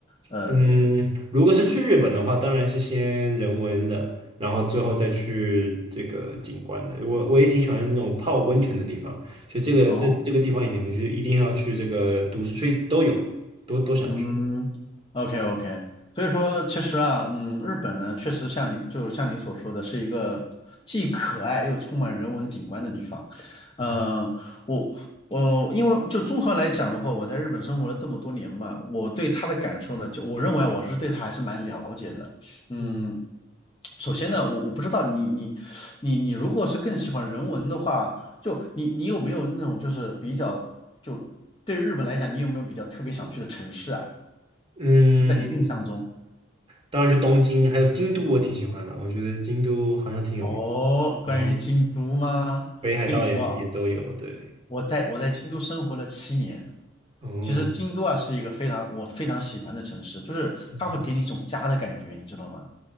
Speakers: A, on the left; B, on the right.
A: 呃，
B: 嗯，如果是去日本的话，当然是先人文的，然后之后再去这个景观的。我我也挺喜欢那种泡温泉的地方，所以这个这这个地方一定会是一定要去这个都市，
A: 哦，
B: 所以都有，都都想去。
A: 嗯，OK OK，所以说其实啊，嗯，日本呢确实像你就像你所说的，是一个既可爱又充满人文景观的地方。
B: 嗯
A: 呃，我我因为就综合来讲的话，我在日本生活了这么多年嘛，我对它的感受呢，就我认为啊我是对它还是蛮了解的。嗯，
B: 嗯
A: 首先呢，我我不知道你你你你如果是更喜欢人文的话。就你你有没有那种就是比较就对于日本来讲，你有没有比较特别想去的城市啊？
B: 嗯，
A: 就在你的印象中。
B: 当然就东京，还有京都，我挺喜欢的，我觉得京都好像挺有名。
A: 哦，
B: 然后
A: 关于京都吗？
B: 北海道也也都有，
A: 我跟你说啊，
B: 对，
A: 我在我在京都生活了七年。
B: 哦，
A: 其实京都啊是一个非常我非常喜欢的城市，就是它会给你一种家的感觉，
B: 嗯
A: 你知道吗？